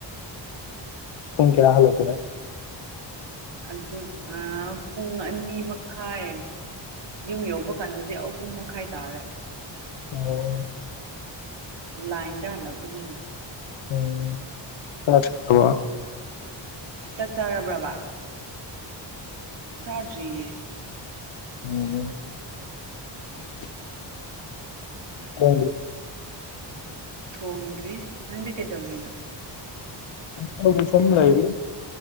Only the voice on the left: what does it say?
ꯍꯝ ꯀꯌꯥ ꯍꯂꯠꯇ
ꯑꯣ
ꯎꯝ ꯆꯥ ꯆꯥꯔ ꯋꯥ
ꯎꯝ <unintelligible> ꯍ
ꯀꯩꯅ ꯁꯝꯗꯏꯔꯤ